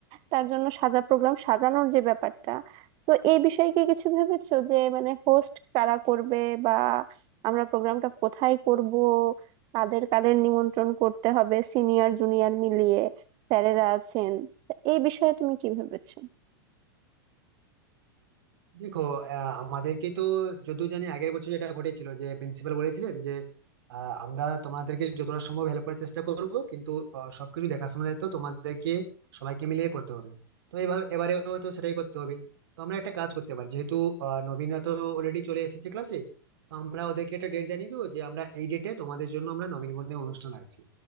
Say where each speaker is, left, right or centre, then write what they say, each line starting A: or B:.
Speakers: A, on the right; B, on the right.
A: তার জন্য সাজা প্রোগ্রাম সাজানোর যে ব্যাপারটা তো এই বিষয়ে কি কিছু ভেবেছো যে মানে হোস্ট কারা করবে বা আমরা প্রোগ্রামটা কোথায় করব কাদের কাদের নিমন্ত্রণ করতে হবে সিনিয়র জুনিয়র মিলিয়ে স্যারেরা আছেন তা এই বিষয়ে তুমি কি ভেবেছো
B: দেখো আহ, আমাদেরকে তো যতদূর জানি আগের বছর যেটা ঘটেছিল যে প্রিন্সিপাল বলেছিলেন যে আহ, আমরা তোমাদেরকে যতটা সম্ভব হেল্প করার চেষ্টা করব কিন্তু আহ, সবকিছু দেখাশোনার দায়িত্ব তোমাদেরকে সবাইকে মিলিয়ে করতে হবে তো এভাবে এবারেও তো সেটাই করতে হবে তো আমরা একটা কাজ করতে পারি যেহেতু আহ, নবীনরা তো অলরেডি চলে এসেছে ক্লাসে তো আমরা ওদেরকে একটা ডেট জানিয়ে দেবো যে আমরা এই ডেটে তোমাদের জন্য আমরা নবীনবরণের অনুষ্ঠান রাখছি